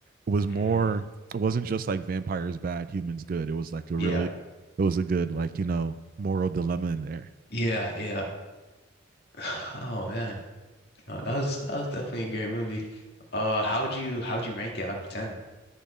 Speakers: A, on the right (about 45°); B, on the left (about 55°).
A: it was more
B: Mm.
A: it wasn't just like vampires bad, humans good. It was like a
B: Yeah.
A: really, it was a good like you know moral dilemma in there.
B: Yeah. Yeah. <sighs> Oh man, no, that was that was definitely a great movie. Uh, how would you how would you rank it out of ten?